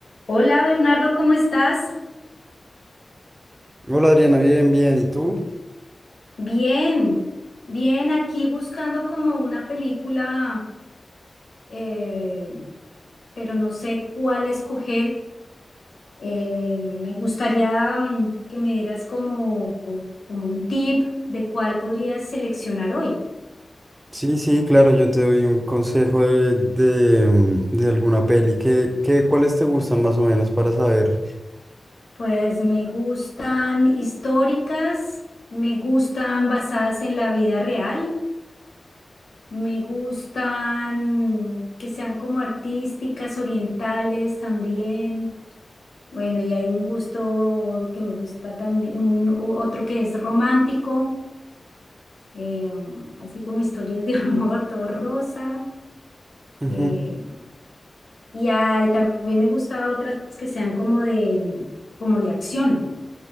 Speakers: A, on the left; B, on the right.
A: Hola Bernardo, ¿cómo estás?
B: Hola Adriana, bien, bien. ¿Y tú?
A: Bien, bien, aquí buscando como una película, eh, pero no sé cuál escoger. Eh, me gustaría mm, que me dieras como, como un tip de cuál podrías seleccionar hoy.
B: Sí, sí, claro, yo te doy un consejo de, de, mm, de alguna peli. ¿Qué, qué, cuáles te gustan más o menos para saber?
A: Pues me gustan históricas, me gustan basadas en la vida real, me gustan que sean como artísticas, orientales también. Bueno, y hay un gusto que me gusta también, un, o- otro que es romántico, eh, así como historias de <laughs> amor, todo rosa.
B: Ujú.
A: eh, y hay- también me gusta otras que sean como de, como de acción.